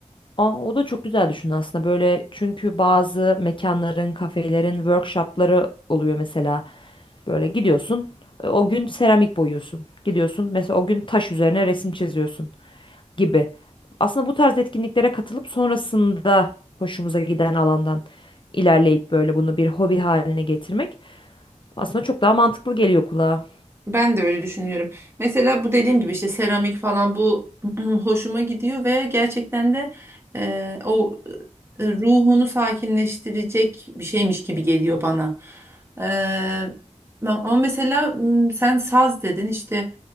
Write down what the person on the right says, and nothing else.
Ben de öyle düşünüyorum. Mesela bu dediğim gibi işte seramik falan bu <clears throat> hoşuma gidiyor ve gerçekten de e, o e, ruhunu sakinleştirecek bir şeymiş gibi geliyor bana. E, ama mesela m, sen saz dedin işte